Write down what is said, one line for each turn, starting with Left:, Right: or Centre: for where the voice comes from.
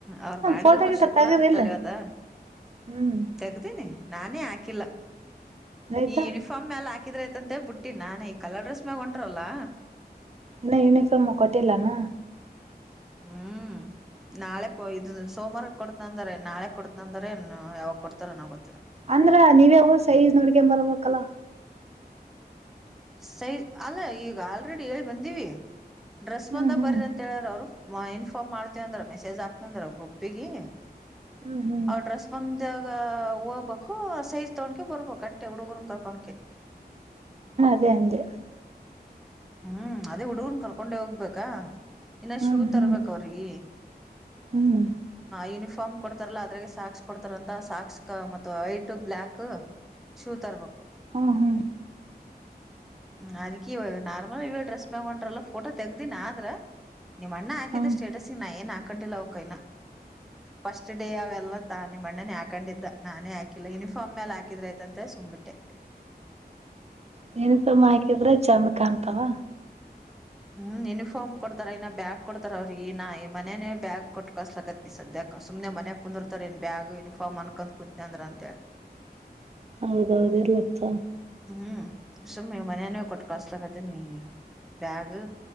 Centre: ಅವ್ರ ಮಾಡಿದ್ರು
Right: ಫೋಟೋ
Centre: ಮ
Right: ಗಿಟ
Centre: ಶುಕ್ರಾರ
Right: ತಗದಿಲ್ಲ
Centre: ಇತ್ತಲ ಇವತ್
Right: ಹ್ಮ್
Centre: ತೆಗದಿನಿ. ನಾನೇ ಆಕಿಲ್ಲ
Right: ರೇಖಾ
Centre: ಈ ಯೂನಿಫಾರ್ಮ್ ಮ್ಯಾಲ ಆಕ ಹಾಕಿದ್ರ ಐತಂತೆೇ ಬಿಟ್ಟಿನಿ ನಾನ ಈ ಕಲರ್ ಡ್ರೆಸ್ ಮ್ಯಾಲ ಹೊಂಟರಲ್ಲಾ.
Right: ಇನ್ನ ಯೂನಿಫಾರ್ಮ್ ಕೊಟ್ಟಿಲ್ಲನ.
Centre: ಹ್ಮ ನಾಳೆ ಕೊಯ ದಾದ ಸೋಮಾರ ಕೊಡ್ತನ ಅಂದರ ನಾಳೆ ಕೊಡ್ತನ ಅಂದರ ಯಾವಾಗ ಕೊಡ್ತಾರ ಏನೋ ಗೋ
Right: ಅಂದ್ರ ನೀವ ಹೋ ಸೈಜ್ ನೋಡ್ಕ ಬರ್ಬೇಕಲ್ಲ.
Centre: ಸೈಜ ಅಲ್ಲ ಈಗ ಆಲ್ರೆಡಿ ಹೇಳಿ ಬಂದೀವಿ ಡ್ರೆಸ್
Right: ಹ್ಮ್
Centre: ಬಂದ
Right: ಹ್ಮ್
Centre: ಬರ್ರ ಅಂತ ಹೇಳಾರ ಅವ್ರು. ಅ ಇನ್ಫಾರ್ಮ್ ಮಾಡ್ತೀವ ಅಂದ್ರ ಮೆಸೇಜ್ ಹಾಕ್ನಂದ್ರ ಗ್ರೂಪ್ಪಿಗಿ
Right: ಹ್ಮ್ ಹ್ಮ್
Centre: ಅವ ಡ್ರೆಸ್ ಬಂದ ಗ ಹೋಗ್ಬೇಕು ಸೈಜ್ ತಗೊಂಡಕ ಬರ್ಬೇಕ ಅಟ್ಟೆ ಹುಡುಗರ್ನ ಕರ್ಕೊಂಡಕ
Right: ಅದೆ ಅಂದೆ.
Centre: ಹ್ಮ ಅದೇ ಹುಡುಗರನ ಕರ್ಕೊಂಡೆ ಹೋಗ್ಬೇಕ. ಇನ್ನ
Right: ಹ್ಮ್
Centre: ಶೂ ತರ್ಬೇಕ
Right: ಹ್ಮ್
Centre: ಅವ್ರಿಗಿ
Right: ಹ್ಮ್
Centre: ಯೂನಿಫಾರ್ಮ್ ಫರ್ಮ್ ಕೊಡ್ತಾರಲ್ಲಾ ಅದ್ರಗೆ ಸಾಕ್ಸ್ ಕೊಡ್ತಾರಂತ ಸಾಕ್ಸ್ ಕ ಮತ್ತ್ ವೈಟ್ ಬ್ಲಾಕ್ ಶೂ ತರ್ಬೇಕ.
Right: ಹ್ಮ ಹ್ಮ.
Centre: ಹ್ಮ ಅದಿಕೆ ಇವ ನಾರ್ಮಲ್ ಇವೇ ಡ್ರೆಸ್ ಮ್ಯಗ ಹೊಂಟ್ರಲ್ಲ ಫೋಟೋ ತೆಗ್ದಿನ ಆದ್ರ ನಿಮ್ಮ ಅಣ್ಣ ಹಾಕಿದ
Right: ಹ್ಮ್
Centre: ಸ್ಟೇಟಸ್ಗ ನಾ ಏನ್ ಹಾಕೊಂಡಿಲ್ಲ ಅವಕ ಇನ್ ಫಸ್ಟ್ ಡೇ ಅವೆಲ್ಲ ತಾನ ನಿಮ್ಮ ಅಣ್ಣನೇ ಹಾಕೊಂಡಿದ್ದ ನಾನೇ ಹಾಕಿಲ್ಲ ಯುನಿಫಾರ್ಮ್ ಮೇಲೆ ಹಾಕಿದ್ರ ಆಯತ್ತಂತ ಸುಂಬಿಟ್ಟೆ. <inaudible>
Right: ನೇನಪಮ್ಮ ಹಾಕಿದ್ರ ಚಂದ ಕಾಣತವ.
Centre: ಹ್ಮ್ ಯೂನಿಫಾರ್ಮ್ ಕೊಡ್ತಾರ ಇನ್ನ ಬ್ಯಾಗ್ ಕೊಡ್ತಾರ ಅವ್ರಿಗಿ ಈ ನ ಮನೆೇನ ಬ್ಯಾಗ್ ಕೊಟ್ಕಸ್ಲಕತ್ ನೀ ಸದ್ಯ ಸುಮನೆ ಮನ್ಯಾಗ ಕುಂದಿರ್ತಾರ ಇನ್ ಬ್ಯಾಗ್ ಯುನಿಫಾರ್ಮ್ ಅನ್ಕೊಂಡ ಕುಂತನ ಅಂದ್ರ ಅಂತ ಹೇಳಿ
Right: ಹೌದದ ಇರ್ಲಿ ಅತ್ತ
Centre: ಹ್ಮ ಸುಮ್ಮ ಮಾನ್ಯನುವೆ ಕೊಟ್ಟ ಕಳಸ್ಲಕತೀನ ಬ್ಯಾಗ